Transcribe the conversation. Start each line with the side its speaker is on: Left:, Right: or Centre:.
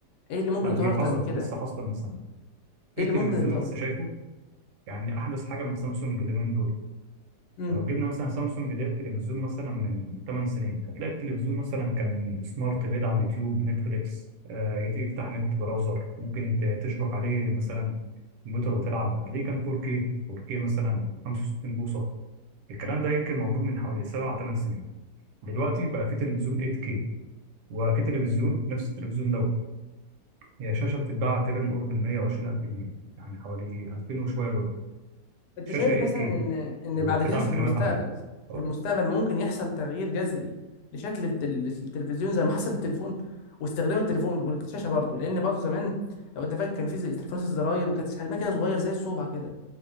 Left: ايه اللي ممكن
Right: لا
Left: يتطور
Right: دي
Left: اكتر
Right: حصلت
Left: من كده
Right: لسه حاصله من سنه في
Left: ايه اللي
Right: تلفزيون
Left: ممكن يتطور
Right: لسه شايفه يعني احدث حاجه من سامسونج اليومين دول
Left: امم
Right: لو جبنا مثلا سامسونج ده التلفزيون مثلا من 8 سنين هتلاقي التلفزيون مثلا كان سمارت بيدعم يوتيوب نتفليكس آه يت- يفتح نت براوزر ممكن ت- تشبك عليه مثلا كمبيوتر وتلعب هتلاقيه كان 4K 4K مثلا 65 بوصه الكلام ده يمكن موجود من حوالي 7 8 سنين دلوقتي بقى في تلفزيون 8K وفي تلفزيون نفس التلفزيون ده هي شاشة بتتباع تقريبا قرب ال 120 ألف جنيه يعني حوالي 2000 وشوية دولار
Left: انت
Right: شاشة
Left: شايف
Right: 8K
Left: مثلا ان ان
Right: وبتدعم
Left: بعد كده في
Right: فريمات
Left: المستقبل
Right: عالية خلاص
Left: في المستقبل ممكن يحصل تغيير جذري لشكل التل... التلفزيون زي ما حصل للتليفون واستخدام التليفون والشاشه برضه لان برضه زمان لو انت فاكر كان في زي- تليفونات الزراير وكانت حجمها كده صغير زي الصبع كده